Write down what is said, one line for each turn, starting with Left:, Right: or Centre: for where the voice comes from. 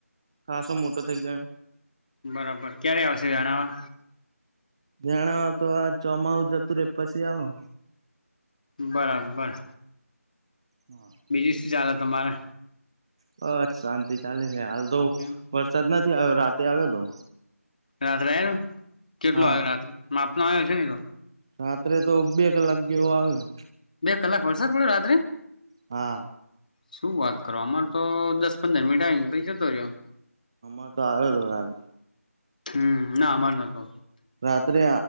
Right: ખાસો મોટો થઈ ગયો.
Left: બરાબર ક્યારે આવશે જાણાવા.
Right: જાણા તો આ ચમા હુંજતુ ર એ પછી આ.
Left: બરાબર.
Right: હા.
Left: બીજું શું ચાલે તમારે?
Right: બસ શાંતિ ચાલે છે હાલ તો
Left: એમ?
Right: વરસાદ નથી આવ્યો રાતે આવ્યો તો.
Left: રાત્રે આવલ કેટલ
Right: હા
Left: આવ રાત્રે માપ ન આવ્યો છે ને તો?
Right: રાત્રે તો બે કલાક જેવો આવ્યો.
Left: બે કલાક વડસાક મળડું રાત્ર્રી?
Right: હા.
Left: શું વાત કરો અમારે તો દસ પંદર મિનટ આવીને કઈ જતો રહ્યો.
Right: અર તો આવે હતો આજ.
Left: હમ ના અર ના તો.
Right: રાત્રે